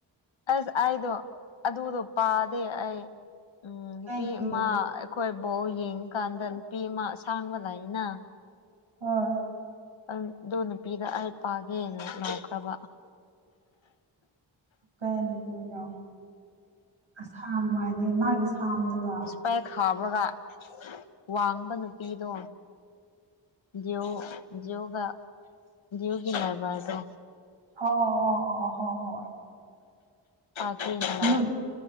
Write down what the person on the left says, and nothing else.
ꯑꯁ ꯑꯩꯗꯣ ꯑꯗꯨꯗꯣ ꯄꯥꯗꯦ ꯑꯩ ꯎꯝ ꯅꯨꯄꯤꯃ
ꯑꯩꯈꯣꯏ ꯕꯧ ꯌꯦꯡꯀꯥꯟꯗ ꯅꯨꯄꯤ ꯑꯃ ꯑꯁꯥꯡꯕ ꯂꯅ
ꯑꯗꯨ ꯅꯨꯄꯤꯗ ꯑꯩ ꯄꯥꯒꯦꯅ ꯂꯥꯎꯈ꯭ꯔꯕ
ꯄꯦꯛ ꯈꯥꯎꯔꯒ ꯋꯥꯡꯕ ꯅꯨꯄꯤꯗꯣ ꯗꯤꯎ ꯗꯤꯎꯒ ꯗꯤꯌꯎꯒꯤ ꯂꯥꯏꯕꯔꯁꯦ
ꯑꯗꯨ
ꯑ